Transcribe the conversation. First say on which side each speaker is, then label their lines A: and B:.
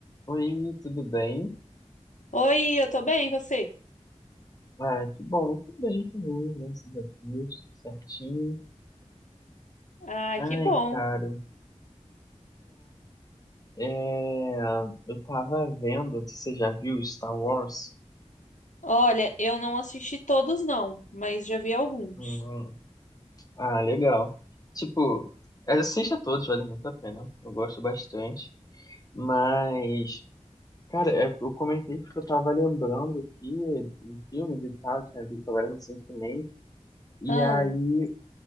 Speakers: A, on the left; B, on the left.
A: Oi, tudo bem?
B: Oi, eu tô bem, e você?
A: Ah, que bom, tudo bem também, graças a Deus, tudo certinho.
B: Ai,
A: Ai,
B: que bom.
A: cara, é, é, eu tava vendo, se você já viu Star Wars?
B: Olha, eu não assisti todos não, mas já vi alguns.
A: Hum, ah, legal. Tipo, é, assista a todos, vale muito a pena, eu gosto bastante. Mas, cara, é, eu comentei porque eu tava lembrando aqui de filmes e tal, tinha visto agora recentemente. E
B: Ah,
A: aí